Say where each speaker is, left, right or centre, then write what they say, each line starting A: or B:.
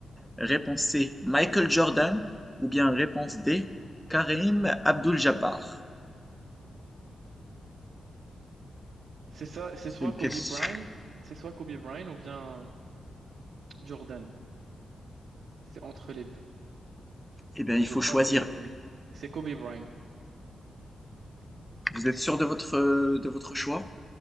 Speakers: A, in the centre; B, on the right.
A: Réponse C. Michael Jordan. Ou bien réponse D. Kareem Abdul-Jabbar.
B: C'est ça, c'est
A: C'est
B: soit
A: une
B: Kobe
A: question.
B: Bryant, c'est soit Kobe Bryant ou bien Jordan. C'est entre les deux.
A: Eh bien, il
B: Mais je
A: faut
B: crois
A: choisir.
B: que c'est Kobe Bryant.
A: Vous êtes sûr de votre, euh, de votre choix?